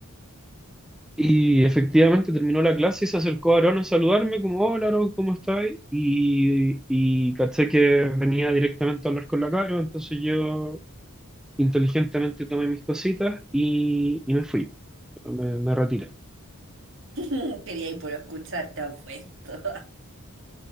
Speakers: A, in the centre; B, on the right.
A: Y efectivamente terminó la clase y se acercó Aarón a saludarme, como, hola Aarón, ¿cómo estás? Y, y caché que venía directamente a hablar con la Caro, entonces yo inteligentemente tomé mis cositas y, y me fui, me, me retiré.
B: <laughs> Quería ir por escuchar, te apuesto. <laughs>